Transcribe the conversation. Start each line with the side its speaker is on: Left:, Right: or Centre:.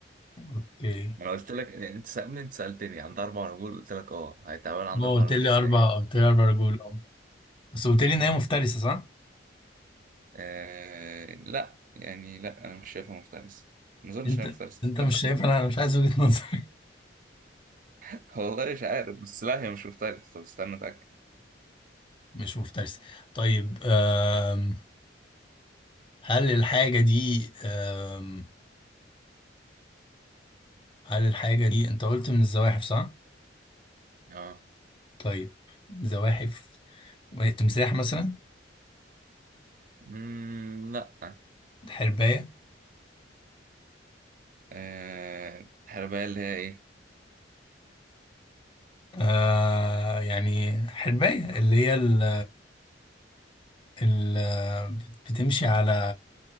Left: اوكي
Right: ما انا قلت لك انت سألني انت سألتني عندها اربع رجول قلت لك اه هيتعمل عندها
Left: ما
Right: اربع
Left: قلت
Right: رجول
Left: لي
Right: ازاي
Left: أربع
Right: يعني؟
Left: قلت لي أربع رجول أه بس قلت لي إن هي مفترسة صح؟
Right: آه لا يعني لا انا مش شايفها مفترسه ما اظنش
Left: أنت
Right: انها مفترسه تفترس
Left: أنت مش شايف
Right: ليه دي
Left: أنا
Right: مش
Left: أنا
Right: عارف
Left: مش عايز وجهة نظر
Right: <laughs> والله مش عارف بس لا هي مش مفترسه طب استنى اتاكد
Left: مش مفترس طيب آم، هل الحاجة دي آم، هل الحاجة دي انت قلت من الزواحف صح؟
Right: اه
Left: طيب زواحف تمساح مثلا
Right: مم لا
Left: حرباية
Right: آه الحرباية اللي هي ايه
Left: آه يعني حرباية اللي هي ال ال بتمشي على